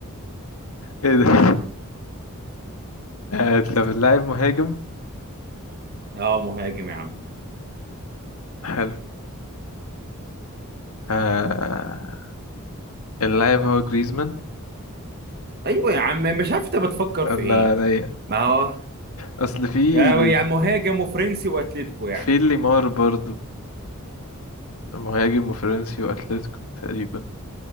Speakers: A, on the left; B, on the right.
A: ايه ده آه، طب اللاعب مهاجم
B: اه مهاجم يا عم
A: حلو آه اللاعب هو جريزمان
B: ايوه يا عم مش عارف انت بتفكر
A: الله
B: في ايه
A: عليا
B: ما هو
A: اصل في
B: يعني مهاجم وفرنسي واتلتيكو يعني
A: في ليمار برضو مهاجم وفرنسي واتلتيكو تقريبا